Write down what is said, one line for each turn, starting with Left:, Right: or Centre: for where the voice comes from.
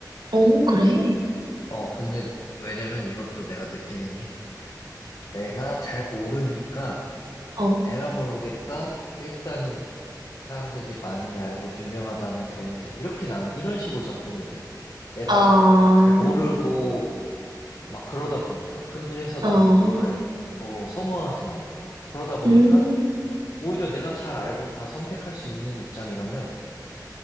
Right: 어, 그래.
Left: 어, 근데, 왜냐면 이것도 내가 느끼는 게, 내가 잘 모르니까,
Right: 어.
Left: 에라 모르겠다? 일단, 사람들이 많이 알고 유명하다는 브랜드. 이렇게 나는, 이런 식으로 접근이 돼. 내가
Right: 아,
Left: 좀 잘 모르고, 막 그러다 보니까. 근데 그래서
Right: 어,
Left: 나는 이거를, 뭐, 선호하진 않아. 그러다 보니까,
Right: 음,
Left: 오히려 내가 잘 알고 다 선택할 수 있는 입장이라면